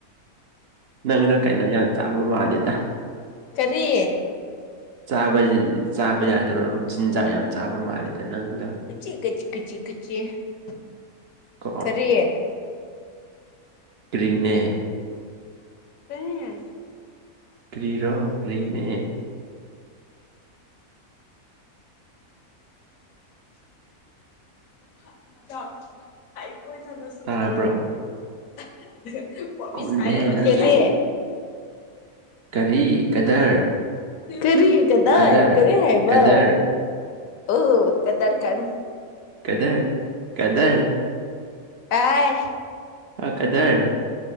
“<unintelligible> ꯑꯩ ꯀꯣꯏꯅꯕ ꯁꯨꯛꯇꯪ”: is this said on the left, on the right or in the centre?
Left